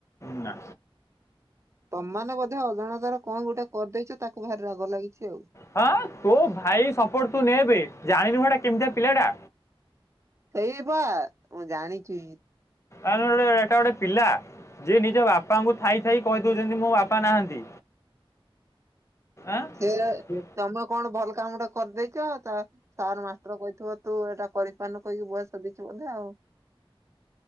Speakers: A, on the left; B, on the right.
A: ନା।
B: ତମ୍ ମାନେ ବୋଧେ ଅଜାଣତାରେ କଣ ଗୋଟେ କରିଦେଇଛ ତାକୁ ଭାରି ରାଗ ଲାଗିଛି ଆଉ
A: ହଁ ତୋ ଭାଇ ସପୋର୍ଟ ତୁ ନେବେ ଜାଣିନୁ ସେଟା କେମିତିଆ ପିଲା ଟା
B: ସେଇ ବା ମୁଁ ଜାଣିଛି।
A: ଆଉ ନ ହେଲେ ଏଟା ଗୋଟେ ପିଲା ଯିଏ ନିଜ ବାପାଙ୍କୁ ଥାଇ ଥାଇ କହିଦଉଛନ୍ତି ମୋ ବାପା ନାହାନ୍ତି। ଆଁ।
B: ସେ
A: ହଁ ତୁ
B: ତମେ କଣ ଭଲ କାମ ଟା କରିଦେଇଛ ତା ସାର୍ ମାଷ୍ଟର କହିଥିବ ତୁ ଏଇଟା କରିପାରୁନୁ କହିକି ବୟସ ଦେଇଛୁ ବୋଧେ ଆଉ।